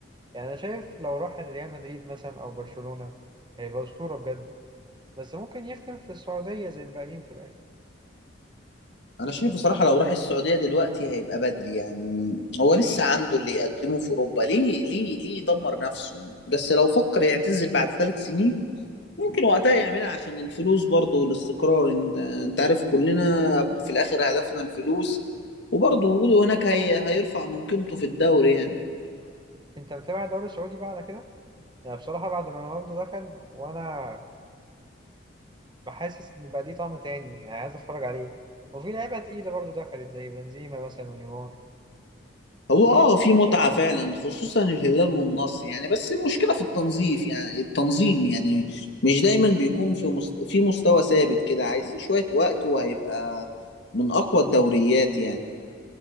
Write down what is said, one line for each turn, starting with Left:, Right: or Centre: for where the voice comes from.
Right: يعني انا شايف لو راح ريال مدريد مثلا او برشلونة هيبقى اسطورة بجد بس ممكن يختم في السعودية زي الباقيين في الاخر
Left: انا شايف بصراحه لو راح السعوديه دلوقتي هيبقى بدري يعني هو لسه عنده اللي يقدمه في اوروبا ليه ليه ليه يدمر نفسه بس لو فكر يعتزل بعد ثلاث سنين ممكن وقتها يعملها عشان الفلوس برضه والاستقرار انت انت عارف كلنا في الاخر هدفنا الفلوس وبرضه وجوده هناك هي هيرفع من قيمته في الدوري يعني
Right: انت متابع الدوري السعودي بقى على كده يعني بصراحة بعد ما رونالدو دخل وانا بحاسس ان بقى ليه طعم تاني يعني عايز اتفرج عليه وفي لعيبة تقيلة برضو دخلت زي بنزيما مثلا ونيمار
Left: هو اه في متعة فعلا خصوصا الهلال والنصر يعني بس المشكلة في التنظيف يعني التنظيم يعني مش دايما بيكون في مست... في مستوى ثابت كده عايزين شوية وقت وهيبقى من أقوى الدوريات يعني